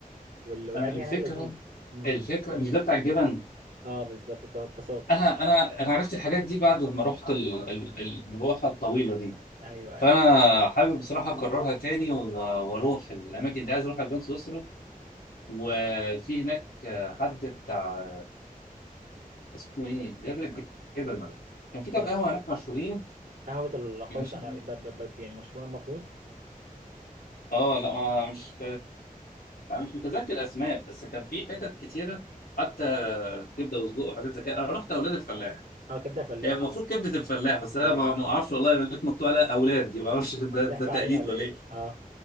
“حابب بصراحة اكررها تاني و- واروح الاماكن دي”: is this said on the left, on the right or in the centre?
Left